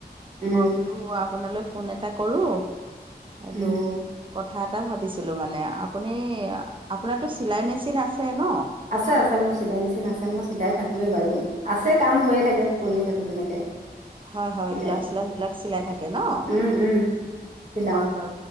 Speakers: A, on the right; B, on the right.
A: উম,
B: মই বোলো আপোনালৈ ফোন এটা কৰোঁ এইটো
A: উম,
B: কথা কথা এটা ভাবিছিলোঁ মানে আপুনি আপোনাৰটো চিলাই- মেচিন আছে? ন
A: আছে -আছে মোৰ চিলাই মেচিন আছে মই চিলাই থাকো। কুৱে বাৰু আছে কাম হৈয়ে থাকে মই কৰিয়ে থাকো তেনেকে।
B: হয়- হয়,
A: চিলাই
B: ব্লাউচ- শ্লাউজ বিলাক চিলাই থাকে নহ'
A: উম, উম, চিলাওঁ
B: হয় -হয়।